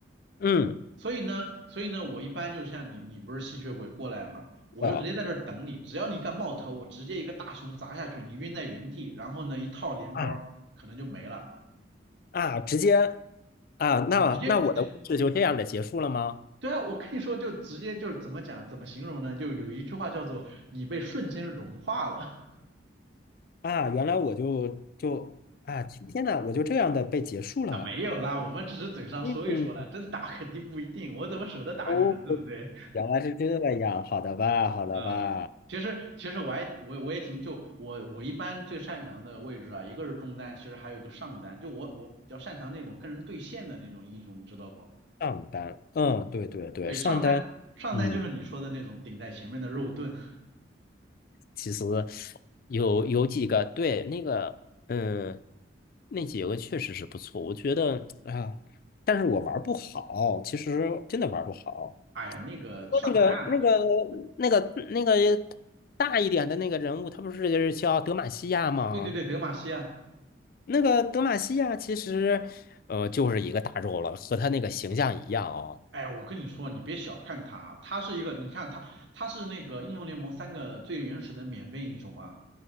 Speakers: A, on the left (about 50°); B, on the right (about 70°).
A: 嗯，
B: 所以呢所以呢，我一般就是像你你不是吸血鬼过来吗？我就直接在这儿等你，
A: 的
B: 只要你敢冒头，我直接一个大熊砸下去，你晕在原地，然后呢一套连招儿可能就没了，
A: 啊啊，直接啊，那那我的故事就这样的结束了吗？
B: 对，直接直对啊，我跟你说，就直接就是怎么讲，怎么形容呢？就有一句话叫做“你被瞬间融化了”。
A: 啊，原来我就就啊，今天呐，我就这样的被结束了。
B: <laughs> 啊，没有啦，我们只是嘴上说一说啦，
A: 嗯，
B: 真打肯定不一定，我怎么舍得打你呢？
A: 哦，
B: 对不对？
A: 原来是这样，好的吧，好的吧。
B: 嗯，其实其实我还我我也挺就我我一般最擅长的位置啊，一个是中单，其实还有一个上单，就我我比较擅长那种跟人对线的那种英雄，你知道不？
A: 上单，嗯，对对对，
B: 对，
A: 上单，
B: 上单上单就是你说的那种顶在前面的肉盾，
A: 嗯，其实有有几个，对，那个，嗯，那几个确实是不错，我觉得啊，但是我玩不好，其实真的玩不好。
B: <laughs> 哎呀，那个上单，
A: 说那个那个那个那个大一点的那个人物，他不是就是叫德玛西亚吗？
B: 对对对，德玛西亚。
A: 那个德玛西亚其实，呃，就是一个大肉了，和他那个形象一样哦。
B: 哎，我跟你说，你别小看他，啊，他是一个，你看他，他是那个英雄联盟三个最原始的免费英雄嘛，